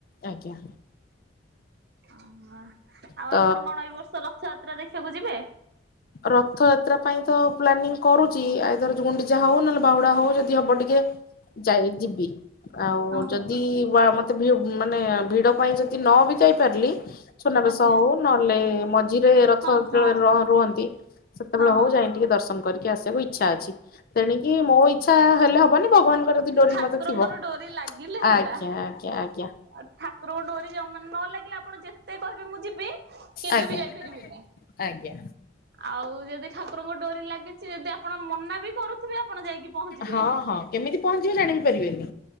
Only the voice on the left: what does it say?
ଆଜ୍ଞା
ତ
ରଥଯାତ୍ରା ପାଇଁ ତ ପ୍ଲାନିଂ କରୁଛି ଆ ଧର ଗୁଣ୍ଡିଚା ହଉ ନହେଲେ ବାହୁଡା ହଉ ଯଦି ହବ ଟିକେ ଯାଇ ଯିବି। ଆଉ
ଯଦି ମତେ ଭିଡ଼ ମାନେ ଭିଡ ପାଇଁ ଯଦି ନ ବି ଯାଇପାରିଲି। ଛୁନାବେେଶ
ହଉ ନହେଲେ। ଝିରେ ରଥ
ରୁହନ୍ତି। ସେତେବେଳେ
ହଉ ଯାଇଁ ଟିକେ ଦର୍ଶନ କରିବି। ଟିକେ ଆସିବାକୁ ଇଚ୍ଛା ଅଛି। ତେଣିକି
ମୋ ଇଚ୍ଛା ହେଲେ ହବନି ଭଗବାନଙ୍କର ଯଦି ଡୋରି
ମତେ ଥିବ
ଆଜ୍ଞା ଆଜ୍ଞା ଆଜ୍ଞା।
ଆଜ୍ଞା
ଆଜ୍ଞା
ହଁ ହଁ କେମିତି ପହଞ୍ଚିବେ ଜାଣି ବି ପାରିବେନି।